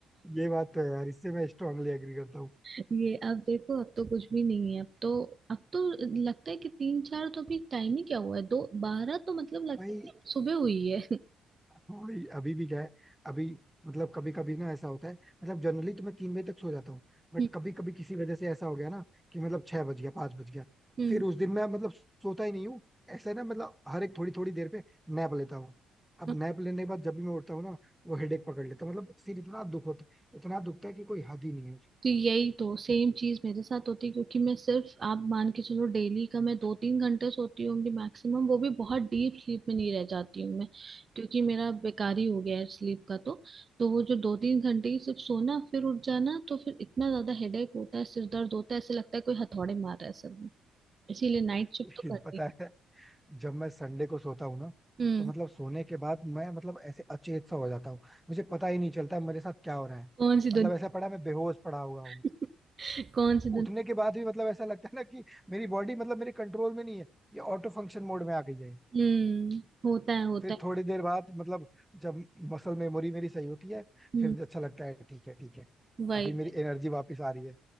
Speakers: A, in the centre; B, on the right (about 35°).
A: ये बात तो है यार इससे मैं स्ट्रांगली एग्री करता हूँ
B: <laughs> ये अब देखो अब तो कुछ भी नहीं है अब तो अब तो लगता है कि तीन चार तो अभी टाइम ही क्या हुआ है दो बारह तो मतलब लगता
A: भाई
B: है सुबह हुई है <laughs>
A: भाई अभी भी क्या है अभी मतलब कभी कभी ना ऐसा होता है मतलब जनरली तो मैं तीन बजे तक सो जाता हूँ बट
B: हम्म
A: कभी कभी किसी वजह से ऐसा हो गया ना कि मतलब छह बज गया पांच बज गया
B: हम्म
A: फिर उस दिन मैं मतलब सोता ही नहीं हूँ ऐसा है ना मतलब हर एक थोड़ी थोड़ी देर पे नैप लेता हूँ अब
B: हम्म।
A: नैप लेने के बाद जब भी मैं उठता हूँ ना वो हेडेक पकड़ लेता है मतलब सिर इतना दुख होता है इतना दुखता है कि कोई हद ही नहीं है
B: तो यही तो सेम चीज मेरे साथ होती है क्योंकि मैं सिर्फ आप मान के चलो डेली का मैं दो तीन घंटे सोती होंगी मैक्सिमम वो भी बहुत डीप स्लीप में नहीं रह जाती हूँ मैं क्योंकि मेरा बेकार ही हो गया है स्लीप का तो तो वो जो दो तीन घंटे ही सिर्फ सोना फिर उठ जाना तो फिर इतना ज्यादा हेडेक होता है सिर दर्द होता है ऐसे लगता है कोई हथौड़े मार रहा है सर में इसीलिए नाइट शिफ्ट
A: मुश्किल
B: तो करनी
A: पता
B: है
A: है जब मैं संडे को सोता हूँ ना
B: हम्म
A: तो मतलब सोने के बाद मैं मतलब ऐसे अचेत सा हो जाता हूँ मुझे पता ही नहीं चलता मेरे साथ क्या हो रहा है
B: कौन सी
A: मतलब ऐसा पड़ा मैं बेहोश पड़ा हुआ हूँ
B: दुनिया <laughs> कौन सी दुनिया
A: उठने के बाद भी मतलब ऐसा लगता है ना कि मेरी बॉडी मतलब मेरे कंट्रोल में नहीं है ये ऑटो फंक्शन मोड में आ गई है
B: हम्म होता है होता
A: फिर
B: है
A: थोड़ी देर बाद मतलब जब मसल मेमोरी मेरी सही होती है
B: हम्म
A: फिर अच्छा लगता है ठीक है ठीक है
B: वही
A: अभी मेरी एनर्जी वापस आ रही है